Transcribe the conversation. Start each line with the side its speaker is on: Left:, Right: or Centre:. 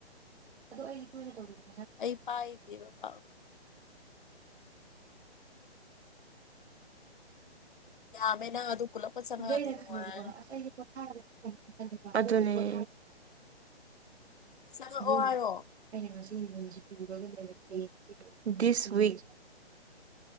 Right: ꯑꯗꯣ ꯑꯩ ꯇꯧꯏꯅ <unintelligible>
Left: ꯑꯩ ꯄꯥꯏꯗꯦꯕ ꯄꯥꯛ꯫ ꯌꯥꯥꯝꯃꯦ ꯅꯪ ꯑꯗꯨ ꯄꯨꯂꯞꯀ ꯆꯪꯉꯛꯑꯗꯤ
Right: ꯑꯗꯩ ꯑꯩꯅ
Left: ꯅꯨꯡꯉꯥꯏꯔꯅꯤ
Right: ꯈꯜꯂꯦꯕꯥꯀꯣ ꯑꯁ ꯑꯩꯖꯤ ꯄꯣꯊꯥꯔꯒꯦ <unintelligible> ꯑꯗꯨꯅꯦ꯫
Left: ꯆꯪꯉꯛꯑꯣ
Right: <unintelligible>
Left: ꯍꯥꯏꯌꯣ
Right: ꯑꯩꯅ ꯉꯁ <unintelligible> ꯗꯤꯁ ꯋꯤꯛ